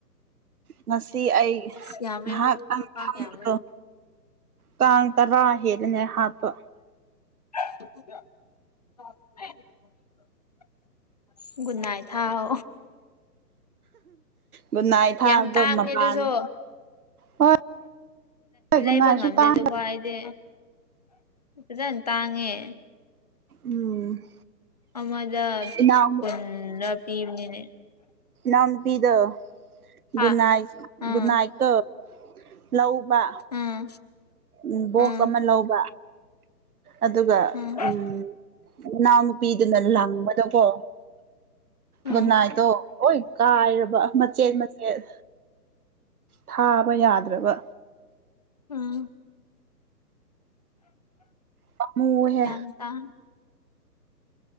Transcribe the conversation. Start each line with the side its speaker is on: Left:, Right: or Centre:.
Right: ꯉꯁꯤ ꯑꯩ
Left: ꯑꯁ ꯌꯥꯝꯃꯦ
Right: ꯉꯍꯥꯛꯇꯪ
Left: ꯑꯩꯈꯣꯏꯗꯁꯨ ꯀꯥꯡ
Right: ꯐꯝꯕꯗꯣ
Left: ꯌꯥꯝꯃꯦ
Right: ꯀꯥꯡ ꯇꯔꯥ ꯍꯦꯂꯦꯅꯦ ꯍꯥꯞꯄ
Left: <unintelligible> ꯨꯒꯨꯗꯅꯥꯢꯠ ꯊꯥꯎ
Right: ꯒꯨꯠꯅꯥꯏꯗ ꯊꯥꯕꯗꯣ
Left: ꯌꯥꯝ ꯇꯥꯡꯕꯅꯦ
Right: ꯃꯄꯥꯟ
Left: ꯑꯗꯨꯁꯨ
Right: ꯍꯣꯏ
Left: ꯂꯩꯕ
Right: ꯒꯨꯠꯅꯥꯏꯁꯨ
Left: ꯉꯝꯗꯦ
Right: ꯇꯥꯡꯕ
Left: ꯗꯨꯕꯥꯏꯗꯤ ꯐꯖꯅ ꯇꯥꯡꯉꯦ
Right: ꯎꯝ
Left: ꯑꯃꯗ
Right: ꯏꯅꯥꯎ
Left: ꯀꯨꯟꯂꯥ ꯄꯤꯕꯅꯤꯅꯦ
Right: ꯏꯅꯥꯎ ꯅꯨꯄꯤꯗꯣ
Left: ꯍꯥ
Right: ꯒꯨꯠꯅꯥꯏ
Left: ꯑꯥ
Right: ꯒꯨꯠꯅꯥꯏꯠ ꯇꯣ ꯂꯧ ꯕꯥ
Left: ꯑꯥ
Right: ꯎꯝ ꯕꯣꯛꯁ
Left: ꯑꯥ
Right: ꯑꯃ ꯂꯧꯕ ꯑꯗꯨꯒ
Left: ꯑꯥ
Right: ꯎꯝ ꯏꯅꯥꯎꯅꯨꯄꯤꯗꯨꯅ ꯂꯪꯕꯗꯀꯣ
Left: ꯑꯥ
Right: ꯒꯨꯠꯅꯥꯏꯇꯣ ꯂꯣꯏ ꯀꯥꯏꯔꯕ ꯃꯆꯦꯠ ꯃꯆꯦꯠ ꯊꯥꯕ ꯌꯥꯗ꯭ꯔꯕ
Left: ꯑꯥ
Right: ꯄꯃꯨꯋꯦꯍꯦ
Left: ꯌꯥꯝ ꯇꯥꯡ